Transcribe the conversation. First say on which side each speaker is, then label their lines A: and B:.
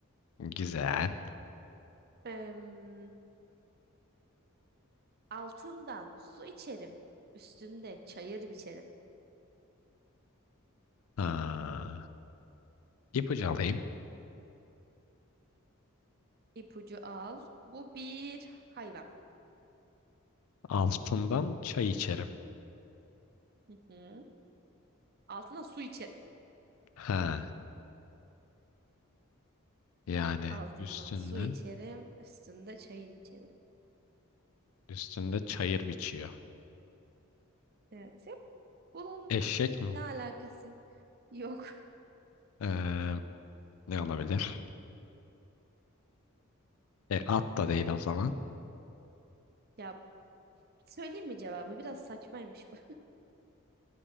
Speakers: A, on the left; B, on the right.
A: Güzel.
B: Em, altından su içerim. Üstünde çayır biçerim.
A: Ha. İpucu alayım.
B: İpucu al. Bu bir hayvan.
A: Altından çay içerim.
B: Hı hı. Altına su içerim.
A: Ha. Yani
B: Altından
A: üstünden,
B: su içerim. Üstünde çayır biçerim.
A: üstünde çayır biçiyor.
B: Evet. Yok. Bunun
A: Eşek
B: ne
A: mi? bu?
B: alakası yok.
A: Ee, ne olabilir? E, at da değil o zaman.
B: Ya söyleyeyim mi cevabı? Biraz saçmaymış bu. <laughs>